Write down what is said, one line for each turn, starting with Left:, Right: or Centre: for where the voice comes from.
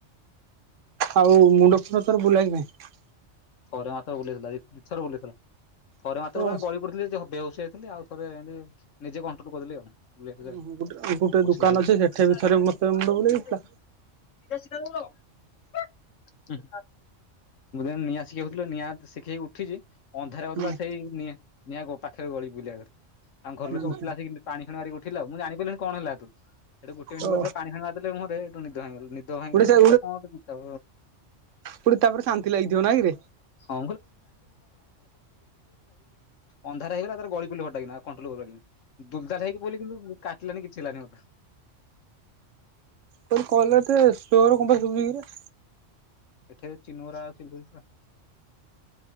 Right: ଆଉ ମୁଣ୍ଡ ଫୁଣ୍ଡ ତୋର ବୁଲାଏ କି ନାହିଁ?
Left: ଥରେ ମାତ୍ର ବୁଲେଇଥିଲା ଦି ଦିଥର ବୁଲେଇଥିଲା ଥରେ
Right: ନାହିଁ?
Left: ମାତ୍ର ପୁରା ଗଳିପଡ଼ିଥିଲି ବେହୋସ ଥିଲି ଆଉ ଥରେ ଏନତି ନିଜେ କଣ୍ଟ୍ରୋଲ କରିଦେଲି ଆଉ। <unintelligible>
Right: ଓହୋ ଗୋଟେ ଗୋଟେ
Left: ବସିବୁ
Right: ଦୋକାନ
Left: ସବୁ
Right: ଅଛି ସେଠି
Left: ଆଇଲା
Right: ବି
Left: ଆଇଲା
Right: ଥରେ
Left: <unintelligible>
Right: ମତେ ମୁଣ୍ଡ
Left: କୋଉଠି
Right: ବୁଲେଇ ଦେଇଥିଲା।
Left: ସିଧା ସିଧା ଦୌଡ। ହୁଁ ମୁଁ ନିଆଁ <unintelligible> ନିଆଁ ଶିଖେଇକି ଉଠିଛି ଅନ୍ଧାର
Right: ହୁଁ
Left: <unintelligible> ସେଇ ନିଆଁ ନିଆଁ କ ପାଖରେ ଗଳିପଇ <unintelligible> ଆମ ଘର ଲୋକ ସବୁ
Right: ହୁଁ।
Left: ଉଠିଲେ ଆସିକି ପାଣିଫାଣି ମାରିକି ଉଠେଇଲେ। ମୁଁ ଜାଣିପାଲିନି କଣ ହେଲା ସେଠୁ ସେଠି ଗୋଟେ ମିନିଟ
Right: ଓ
Left: ପରେ ତ ପାଣି ଫାଣି ମାରିଦେଲେ ମୁହଁ ରେ ରୋ ନିଦ ଭାଙ୍ଗି ଗଲା ନିଦ ଭାଙ୍ଗି
Right: ଗୋଟେ
Left: ଗଲା
Right: ସେ
Left: କୋହୁଚି ଏଟା କଣ ଗୋଟେ <unintelligible> ଆଉ
Right: ଗୋଟେ ତାପରେ ଶାନ୍ତି ଲାଗିଥିବ ନାଇଁ କିରେ?
Left: ହଁ। ଅନ୍ଧାର ହେଇଗଲା ତାର ଗଳି ପଡିଲି ହଟା କିନା ଆଉ କଣ୍ଟୁଲୁ କରିପାରିଲିନି ଦୁଲ ଦାଲ ହେଇକି ପାଇଲି କିନ୍ତୁ କାଟିଲାନି କିଛି ହେଲାନି ମତେ।
Right: ତୋରି କଲ୍ ଏତେ ସ୍ଲୋରେ କଁ ପାଇଁ ଶୁବୁଚି କିରେ?
Left: ଏଠି ଚିନୋରା ଅଛି ବୁଝିପା